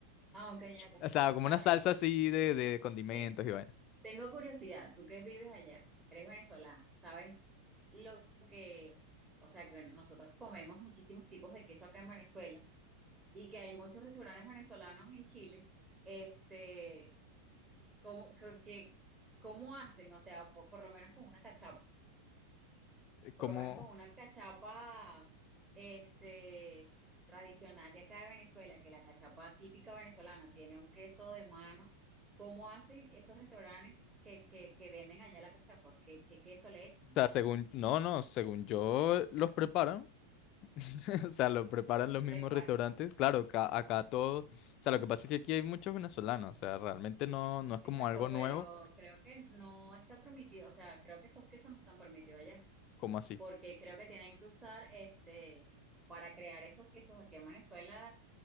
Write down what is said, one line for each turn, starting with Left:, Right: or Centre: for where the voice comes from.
Right: Ah, ok, ya, ya.
Left: O
Right: O
Left: sea, como
Right: sea,
Left: una salsa
Right: eh,
Left: así de, de condimentos
Right: te-
Left: y vaina.
Right: tengo curiosidad, tú que vives allá, eres venezolano, ¿sabes lo que, o sea, que nosotros comemos muchísimos tipos de queso acá en Venezuela y que hay muchos restaurantes venezolanos en Chile, este, ¿cómo, que, que- cómo hacen? O sea, po- por, lo menos con una cachapa.
Left: Eh, Como,
Right: por lo menos con una cachapa este, tradicional de acá de Venezuela, que la cachapa típica venezolana tiene un queso de mano. ¿Cómo hacen esos restaurantes que, que, que venden allá la cachapa? ¿Qué, qué queso le echan?
Left: o sea, según, no, no, según yo, los preparan. <laughs> O sea, lo preparan los mismos
Right: Prepar
Left: restaurantes. Claro, acá, acá todo, o sea, lo que pasa es que aquí hay muchos venezolanos, o sea, realmente no, no es
Right: Exacto,
Left: como algo
Right: pero
Left: nuevo,
Right: creo que no está permitido, o sea, creo que esos quesos no están permitidos allá,
Left: como así.
Right: porque creo que tienen que usar este para crear esos quesos aquí en Venezuela